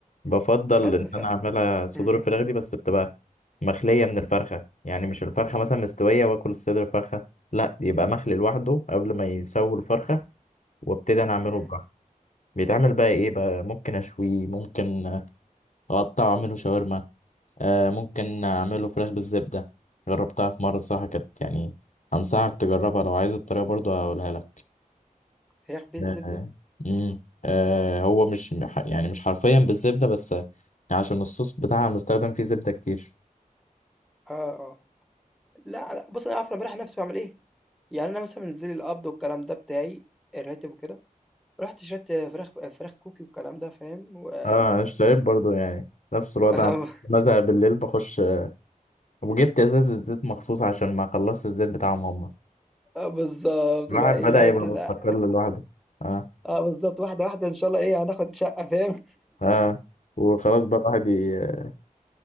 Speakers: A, on the left; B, in the centre.
A: إن
B: بس ف
A: أنا أعملها صدور
B: إمم،
A: الفراخ دي بس بتبقى مخلية من الفرخة يعني مش الفرخة مثلا مستوية وآكل صدر الفرخة لا يبقى مخلي لوحده قبل ما يسوي الفرخة وابتدي أنا أعمله
B: إمم.
A: براحتي بيتعمل بقى إيه بقى ممكن أشويه ممكن أقطعه أعمله شاورما آه ممكن اعمله فراخ بالزبدة جربتها في مرة صراحة كانت يعني انصحك تجربها لو عايز الطريقة برضو هقولها لك
B: فراخ بالزبدة؟
A: آه. مم. آه هو مش يعني مش حرفيا بالزبدة بس آه، عشان الصوص بتاعها مستخدم فيه زبدة كتير
B: آه، آه. لأ، لأ، بُصّي أنا عارف أنا باريّح نَفْسي باعمل إيه، يعني أنا مثلًا بانزل القبض والكلام ده بتاعي، الراتب وكده، رُحت شريت فراخ فراخ كوكي والكلام ده فاهم، و <laughs>
A: اه انا اشتريت
B: ال
A: برضو يعني نفس الوضع
B: آه،
A: بزهق بالليل بخش آه، وجبت ازازة زيت مخصوص عشان ما خلصت الزيت بتاعهم هما
B: آه بالضبط،
A: الواحد
B: اللي هو إيه
A: بدأ
B: ده إيه
A: يبقى
B: ده
A: مستقل
B: لأ
A: لوحده اه
B: آه بالضبط، واحدة، واحدة إن شاء الله إيه، هناخد شقة فاهم،
A: اه وخلاص بقى الواحد ي-